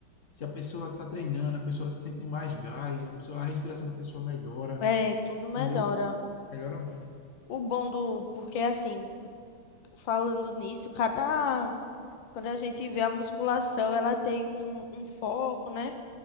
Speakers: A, on the left (about 45°); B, on the left (about 65°).
A: Se a pessoa está treinando, a pessoa se sente mais gás, a pessoa, a respiração da pessoa melhora,
B: É, tudo melhora.
A: entendeu? Melhora muito.
B: O bom do, porque assim, falando nisso, cada Quando a gente vê a musculação, ela tem um, um foco, né?